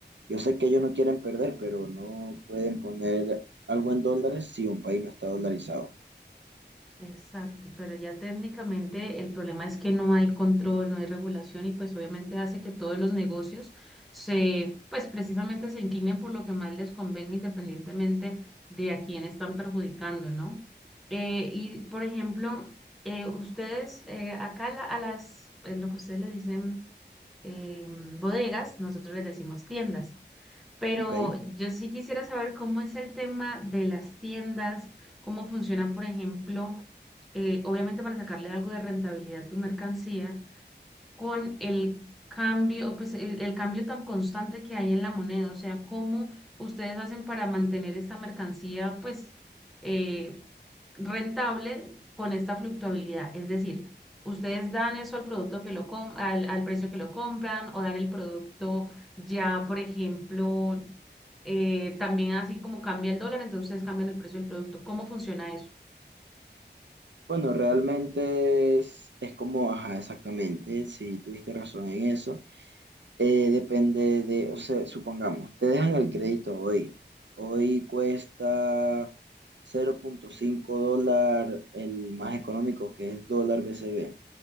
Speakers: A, on the right (about 80°); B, in the centre.
A: yo sé que ellos no quieren perder, pero no pueden poner algo en dólares si un país no está dolarizado,
B: Exacto, pero ya técnicamente el problema es que no hay control, no hay regulación y pues obviamente hace que todos los negocios se, pues precisamente se inclinen por lo que más les convenga independientemente de a quién están perjudicando, ¿no? Eh, y por ejemplo, eh, ustedes eh, acá la- a las, eh, lo que ustedes le dicen eh, bodegas, nosotros les decimos tiendas. Pero
A: ¿ok?
B: yo sí quisiera saber cómo es el tema de las tiendas, cómo funcionan, por ejemplo, eh, obviamente para sacarle algo de rentabilidad a tu mercancía, con el cambio, pues el, el cambio tan constante que hay en la moneda, o sea, cómo ustedes hacen para mantener esta mercancía, pues, eh, rentable con esta fluctuabilidad. Es decir, ustedes dan eso al producto que lo com- al, al precio que lo compran o dan el producto ya, por ejemplo, eh, también así como cambia el dólar, entonces ustedes cambian el precio del producto. ¿Cómo funciona eso?
A: Bueno, realmente es, es como, ajá, exactamente, si tuviste razón en eso. Eh, depende de, o sea, supongamos, te dejan el crédito hoy. Hoy cuesta cero punto cinco dólar el más económico, que es dólar BCB,